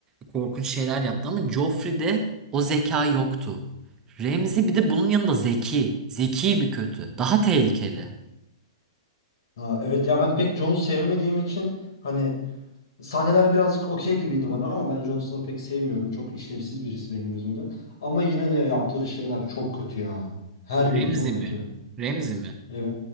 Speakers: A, on the right (about 25°); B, on the left (about 65°).
A: korkunç şeyler yaptı ama Joffrey'de o zeka yoktu. Ramsay bir de bunun yanında zeki. Zeki bir kötü. Daha tehlikeli.
B: Ha, evet ya ben pek Jones'u sevmediğim için hani sahneler birazcık okey gibiydi bana ama ben Jon Snow'u pek sevmiyorum. Çok işlevsiz birisi benim gözümde. Ama yine de ya, yaptığı şeyler çok kötü ya. Her
A: Remzi
B: biri çok kötü.
A: mi? Remzi mi?
B: Evet.